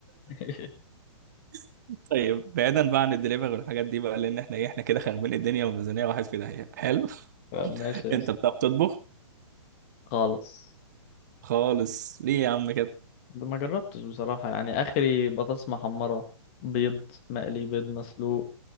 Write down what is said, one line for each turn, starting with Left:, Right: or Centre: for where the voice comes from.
Left: <laughs>
Right: <laughs> طيب بعيدا بقى عن الدليفري والحاجات دي بقى لان احنا ايه احنا كده خاربين الدنيا والميزانيه راحت في داهيه حلو <laughs>
Left: لا، ماشي يا
Right: انت
Left: اسطى.
Right: بتعرف تطبخ
Left: خالص
Right: خالص ليه يا عم كده
Left: ده ما جربتش بصراحه يعني اخري بطاطس محمره بيض مقلي بيض مسلوق